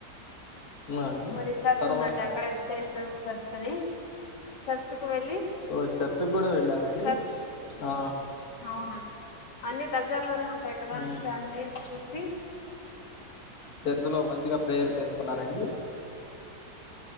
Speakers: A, on the left; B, on the left.
A: ఉన్నా అండి
B: మరి చర్చి
A: తర్వాత
B: ఉందండి అక్కడ ఎసెంట్ చర్చ్ అని చర్చ్ కు వెళ్ళి
A: ఓ చేర్చికి కూడా వెళ్ళారా అండి,
B: చర్చ్
A: ఆ
B: అవునండి అన్ని దగ్గర్లోనే ఉ పెగడానికి
A: ఉమ్
B: అన్నీ చూసి,
A: చర్చలో మంచిగా ప్రేయర్ చేసుకున్నండి